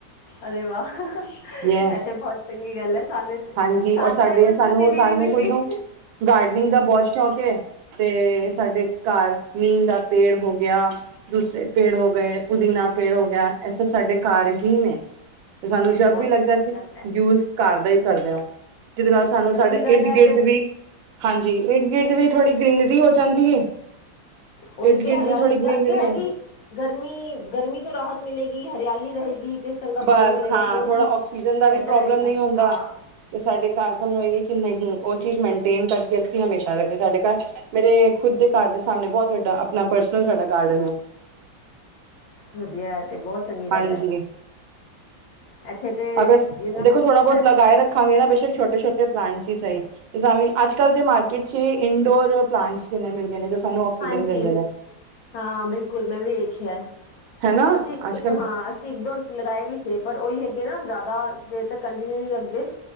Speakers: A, on the left (about 75°); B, on the right (about 80°).
A: ਅਰੇ ਵਾਹ ਇਹ
B: ਯੈਸ
A: ਤੇ ਬਹੁਤ ਚੰਗੀ ਗੱਲ ਹੈ ਸਾਨੂੰ ਤੇ
B: ਹਾਂਜੀ
A: ਸਾਡੂ
B: ਔਰ ਸਾਡੇ
A: ਇਹ ਖੁਸ਼ਨਸੀਬੀ
B: ਸਾਨੂੰ ਸਾਨੂੰ
A: ਨਹੀਂ ਮਿਲਣੀ
B: ਖੁਦ ਨੂੰ ਗਾਰਡਨਿੰਗ ਦਾ ਬਹੁਤ ਸ਼ੌਕ ਹੈ। ਤੇ ਸਾਡੇ ਘਰ ਨੀਂਮ ਦਾ ਪੇੜ ਹੋ ਗਿਆ ਦੂਸਰੇ ਪੇੜ ਹੋ ਗਏ, ਪੁਦੀਨਾ ਪੇੜ ਹੋ ਗਿਆ, ਇਹ ਸਭ ਸਾਡੇ ਕਾਰ ਹੀ ਨੇ। ਸਾਨੂੰ ਜਬ
A: ਬਹੁਤ
B: ਵੀ ਲੱਗਦਾ
A: ਚੰਗੀ
B: ਸੀ
A: ਗੱਲ ਹੈ
B: ਯੂਸ ਕਰ ਦਾ ਹੀ ਕਰਦਿਆਂ ਜਿਹਦੇ ਨਾਲ ਸਾਨੂੰ
A: ਚੰਗੀ
B: ਸਾਡਾ
A: ਗੱਲ
B: ਇਰਦ
A: ਹੈ
B: ਗਿਰਦ
A: ਤੇ
B: ਵੀ ਹਾਂਜੀ ਇਰਧ ਗਿਰਧ ਵੀ ਥੋੜ੍ਹੀ ਗ੍ਰਰੀਨਰੀ ਹੋ ਜਾਂਦੀ
A: ਉਹੀ
B: ਇਰਦ
A: ਤੇ
B: ਗਿਰਦ
A: ਹਰਿਆਲੀ
B: ਵੀ ਥੋੜ੍ਹੀ ਗ੍ਰੀਨਰੀ
A: ਘਰ ਚ ਹੈਗੀ
B: ਹੈ
A: ਗਰਮੀ ਗਰਮੀ ਤੋਂ ਰਾਹਤ ਮਿਲੇਗੀ ਹਰਿਆਲੀ ਰਹੇਗੀ ਤੇ ਚੰਗਾ ਖਾਣਾ
B: ਬਸ
A: ਮਿਲੇਗਾ
B: ਹਾਂ
A: ਹੋਰ
B: ਥੋੜਾ
A: ਕੀ
B: ਆਕਸੀਜਨ ਦਾ
A: ਬੈਟਰ
B: ਵੀ ਪ੍ਰੋਬਲਮ
A: ਹੈਗਾ
B: ਨਹੀਂ ਹੁੰਦਾ।
A: ਹਾਂ
B: ਤੇ ਸਾਡੇ ਘਰ ਸਾਨੂ ਆਈਏ ਕਿ ਨਹੀਂ ਉਹ ਚੀਜ਼ ਮੇਨਟੇਨ ਕਰਕੇ ਅਸੀਂ ਹਮੇਸ਼ਾ ਰੱਖੀਏ ਸਾਡੇ ਘਰ ਮੇਰੇ ਖੁਦ ਦੇ ਘਰ ਦੇ ਸਾਹਮਣੇ ਬਹੁਤ ਵੱਡਾ ਆਪਣਾ ਪਰਸਨਲ ਸਾਡਾ ਗਾਰਡਨ ਹੈ
A: ਵੱਧੀਆ ਇਹ ਤੇ ਬਹੁਤ ਚੰਗੀ
B: ਹਾਂਜੀ
A: ਗੱਲ ਹੈ ਇੱਥੇ ਤੇ
B: ਅਗਰ
A: ਯੂ ਨਾ
B: ਦੇਖੋ ਥੋੜਾ ਬਹੁਤ ਲਗਾਏ ਰੱਖ ਖੰਘਗੇ ਨਾ ਬੇਸ਼ੱਕ ਛੋਟੇ ਛੋਟੇ ਪਲਾਂਟ ਹੀ ਸਹੀ ਤਾਂ ਵੀ ਅੱਜ ਕੱਲ ਦੇ ਮਾਰਕੀਟ ਚ ਇੰਡੋਰ ਪਲਾਂਟਸ ਕਿੰਨੇ ਮਿਲ ਗਏ ਨੇ ਸਾਨੂੰ ਆਕਸੀਜਨ
A: ਹਾਂਜੀ
B: ਦਿੰਦੇ ਨੇ।
A: ਹਾਂ ਬਿਲਕੁਲ ਮੈਂ ਵੀ ਵੇਖਿਆ
B: ਹਨਾ
A: ਅਸੀਂ
B: ਅੱਜ-ਕੱਲ
A: ਇੱਕ ਹਾਂ ਇਕ ਦੋ ਲਗਾਏ ਵੀ ਸੀ ਪਰ ਉਹੀ ਹੈਗੇ ਨਾ ਜ਼ਿਆਦਾ ਦੇਰ ਤੱਕ ਕੰਟੀਨਿਊ ਨਹੀਂ ਰੱਖਦੇ